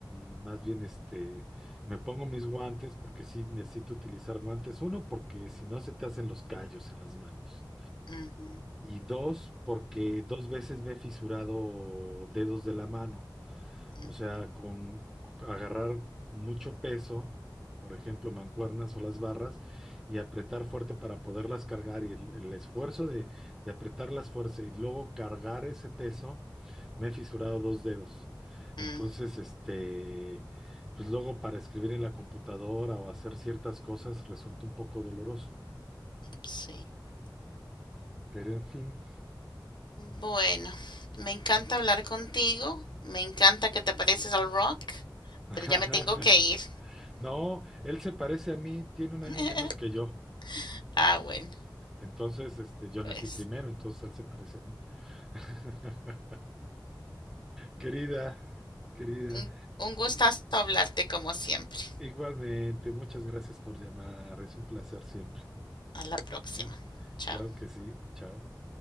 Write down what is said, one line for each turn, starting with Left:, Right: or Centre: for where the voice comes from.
Centre: y más bien este, me pongo mis guantes porque sí necesito utilizar guantes. Uno, porque si no se te hacen los callos en las manos.
Left: ujú,
Centre: Y dos, porque dos veces me he fisurado dedos de la mano.
Left: ujú,
Centre: O sea, con agarrar mucho peso, por ejemplo, mancuernas o las barras, y apretar fuerte para poderlas cargar. Y el, el esfuerzo de, de apretarlas fuerte y luego cargar ese peso, me he fisurado dos dedos.
Left: mm,
Centre: Entonces, este, pues luego para escribir en la computadora o hacer ciertas cosas resulta un poco doloroso.
Left: sí.
Centre: Pero en fin.
Left: Bueno, me encanta hablar contigo, me encanta que te pareces al rock,
Centre: <laughs>
Left: pero ya me tengo que ir.
Centre: No, él se parece a mí, tiene un año
Left: <laughs>
Centre: menos que yo.
Left: Ah, bueno,
Centre: Entonces, este, yo
Left: pues.
Centre: nací primero, entonces él se parece a mí. <laughs> Querida, querida,
Left: Un un gustazo hablarte como siempre.
Centre: igualmente, muchas gracias por llamar, es un placer siempre.
Left: A la próxima.
Centre: ¿eh?
Left: Chao.
Centre: Claro que sí, chao.